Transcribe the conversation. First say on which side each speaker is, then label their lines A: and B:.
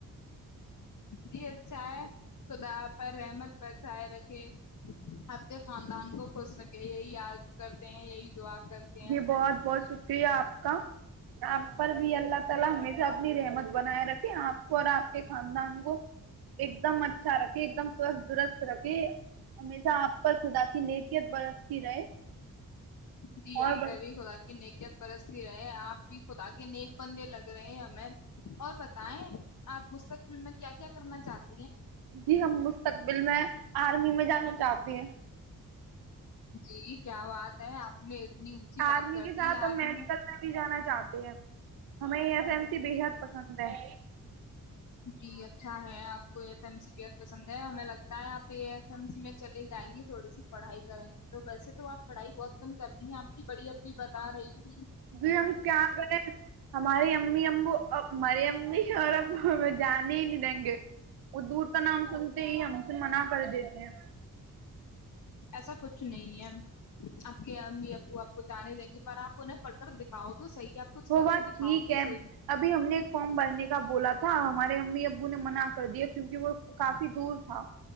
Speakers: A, on the left; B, on the right.
A: جی اچھا ہے خدا پر رحمت بچائے رکھے آپ کے خاندان کو خوش رکھے یہی آارو کرتے ہیں یہی دعا کرتے ہیں
B: جی بہت بہت شکریہ آپ کا آپ پر بھی اللہ تعالا ہمیشہ اپنی رحمت بنائے رکھے آپ کو اور آپ کے خاند نانگو ایک دمچ اچھا رکھے ایک دم سوستھ درست رکھے ہمیشہ آپ پر خدا کی نکیت برستی رہے
A: جی جی آپ
B: اور
A: پہ بھی خدا کہ نے کیا سہی پ رہے آپ بھی خدا کے نیک بندے لگ رہے ہیں ہمیں اور بتائیں آپ مستقبل میں کیا کیا کرنا چاہتے
B: جی ہم مستقبل میں آرمی میں جانا چاہتے ہیں
A: جی کیا بات ہے آپ نے اتنی اونچی
B: آرمی
A: بات کر
B: کے
A: دی
B: ساتھ ا
A: آپ
B: میڈیکل
A: نے
B: میں بھی جانا چاہتے ھم ہمیں یہ پ بےحد پسند ہے
A: جی اچھا ہے آپ کو ایف ایم سی بی پسند ہے ہمیں لگتا ہے آپے ایف ایم سی میں چلے جائیں گی تھوڑی سی پڑھائی کریں گی تو ویسے تو آپ پڑھائی بہت کم کرتی ہیں آپ کی بڑی اب بھی بتا رہی ہوں
B: جی ہم کیا کریں ہماریے امی امبو اب مری امی اور اب ہمیں جانے ہی نہیں دیں گے وہ دور کا نام سنتے ہی ہم سے منع کر دیتے ہیں
A: ایسا کچھ نہیں ہے آپ کے امی ابو آپ کو جانے دیں گی پر آپ انہیں پڑھ کر دکھاؤ تو صحیح آپ کچھ
B: وہ
A: کر
B: بات
A: کے دکھاؤ
B: ٹھیک
A: تو
B: ہے
A: صحیح
B: ابھی ہم نے ایک فارم بھرنے کا بولا تھا ہمارے امی ابو نے منع کر دیا کیونک وہ کافی دور تھا